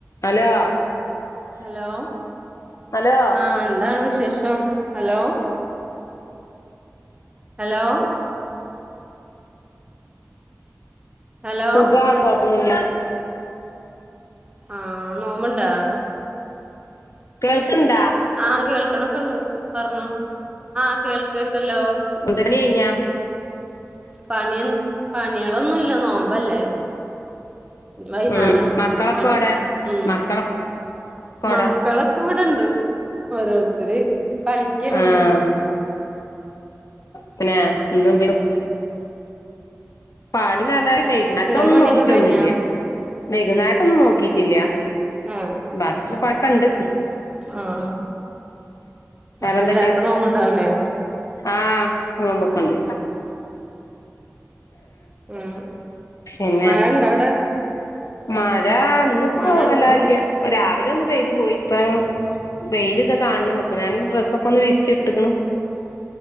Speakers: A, on the left; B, on the right.
A: hello
B: hello
A: hello
B: ആഹ് എന്താണ് വിശേഷം ഹലോ ഹലോ ഹലോ
A: സുഖാണ് കൊഴപ്പൊന്നുമില്ല
B: ആഹ നോമ്പ്ണ്ടാ
A: കേൾക്ക്ണ്ടാ
B: ആഹ കേൾക്കണൊക്കെണ്ട് പറഞ്ഞോ ആഹ് കേൾക്കണ്ടല്ലോ
A: എന്താ പണി കഴിഞ്ഞാ
B: പണിയ പണികളൊന്നുംല്ല നോമ്പല്ലേ വൈകുന്നരാണോ
A: ഉം മക്കളൊക്കെ
B: പണി
A: എവടെ
B: മ്
A: മക്കളൊക്കെ എവടെ
B: മക്കളൊക്കെ ഇവിടെണ്ട് ഓരോരുത്തര് കളിക്കണ
A: ആഹ്
B: തോന്ന്
A: പിന്നെ ഇ പിന്നെ പണി നാ വൈ അറ്റൊന്നും
B: ഇങ്ങളെ പണിയൊക്കെ
A: നോക്കിട്ടൊന്നുംല്ല
B: കഴിഞ്ഞാ
A: വൈകുന്നേരം നേട്ടൊന്നും നോക്കിട്ടില്ല
B: ആഹ്
A: ബാക്ക പക്കണ്ട്
B: ആഹ്
A: വേറെന്തൊക്കെ
B: ആ എല്ലാർക്കും നോബ്ണ്ടാവൂലേ
A: ആഹ് നോമ്പൊക്കണ്ട്
B: ആഹ
A: പിന്നെ
B: മഴണ്ടാ അവിടെ
A: മഴ അന്നിപ്പോ
B: മഴ
A: വല്ലല്
B: ഇണ്ടാ
A: രാവിലെ ഒന്ന് പെയ്തു പോയി ഇപ്പ വെൽ കാണ് അപ്പൊ ഞാൻ ഡ്രെൊക്കെ ഒന്ന് വിരിച്ച്ട്ട്ക്ണ്